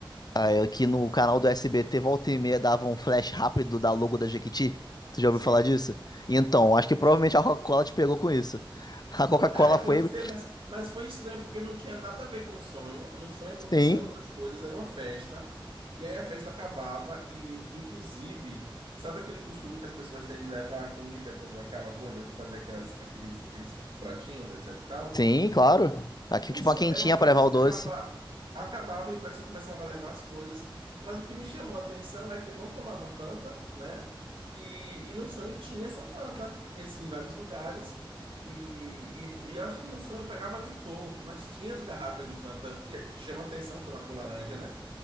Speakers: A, on the left; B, on the right.
A: ah, Que no canal do SBT volta e meia dava um flash rápido da logo da Jequiti? Tu já
B: Sim.
A: ouviu falar disso? Então, acho que provavelmente a Coca-Cola te pegou com isso. A Coca-Cola
B: É, pode
A: foi. <laughs>
B: ser, mas, mas foi estranho porque não tinha nada a ver com o sonho. No sonho aconteciam
A: Sim,
B: outras coisas, era uma festa. E aí a festa acabava e, inclusive, sabe aquele costume que as pessoas têm de levar a comida quando acaba a coisa, de fazer aquelas, aqueles, aqueles pratinhos, etc e tal?
A: sim, claro. Aqui,
B: O
A: tipo,
B: so-
A: a quentinha
B: Era uma
A: pra
B: festa
A: levar o
B: que
A: doce.
B: acaba- acabava e o pessoal começava a levar as coisas. Mas o que me chamou a atenção é que eu não tomava Fanta, né? E, e no sonho tinha essa Fanta, e assim, em vários lugares. E, e, e eu acho que no sonho eu pegava licor, mas tinha as garrafas de Fanta, que, que chama atenção pela cor laranja, né?